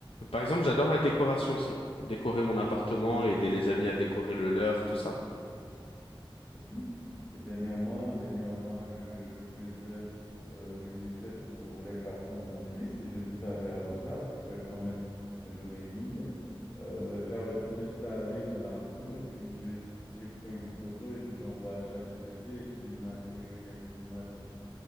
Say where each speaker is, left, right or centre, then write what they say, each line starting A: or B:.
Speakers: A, on the left (about 80°); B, on the left (about 20°).
A: Par exemple, j'adore la décoration aussi. Décorer mon appartement, aider les amis à décorer le leur, tout ça.
B: C'est bien. Et dernièrement, dernièrement, je, je faisais euh, une fête pour les 4 ans de mon fils. Si je te savais avant ça, tu pourrais quand même me donner une idée. Euh, j'avais tout installé dans la roue et puis j'ai, j'ai pris une photo et puis j'envoie à ChatGPT et puis il m'a généré quelques images pour ça.